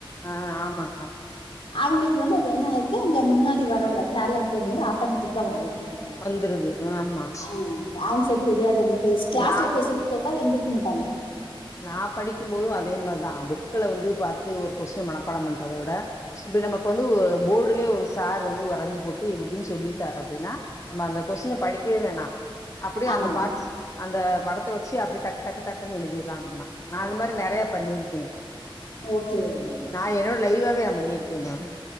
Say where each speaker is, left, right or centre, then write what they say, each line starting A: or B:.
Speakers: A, on the left; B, on the left.
A: ஆ ஆமாங்க ஆமா
B: அவுங்களுக்கு வந்து அது என்னாய்ருது அந்த முன்னாடி வர அந்த டேலண்ட்டு வந்து ஆட்டோமேட்டிக்கா வந்துறுதுமா
A: வந்துருது ஆஹ் ஆமா
B: அவ் ஆன்சர் தெரியாது எனக்கு கிளாஸ்ல
A: நா
B: கொஸ்டின் கேட்டா எந்திரிக்க மாட்டாங்க
A: நா படிக்கும் போது அதே மாரிதா புக்ல வந்து பாத்து ஒரு கொஸ்டின் மனப்பாடம் பண்றத விட இப்டி நமக்கு வந்து ஒ போர்டலயே ஒரு சார் வந்து வரைஞ்சு போட்டு இப்டி இப்டின் சொல்லிட்டாரு அப்டின்னா நம்ம அந்த கொஸ்டின படிக்கவே வேணா அப்டியே
B: ஆமா
A: அந்த
B: மேம்
A: பாட்ஸ் அந்த படத்த வச்சு அப்டி டக்கு டக்கு டக்குன்னு எழுதிற்லா நம்ம நா அது மாரி நெறைய பண்ணிருக்கே
B: ஓகே ஓகே மேம்
A: நா என்னோட லைவாவே நா பண்ணிருக்கே மேம்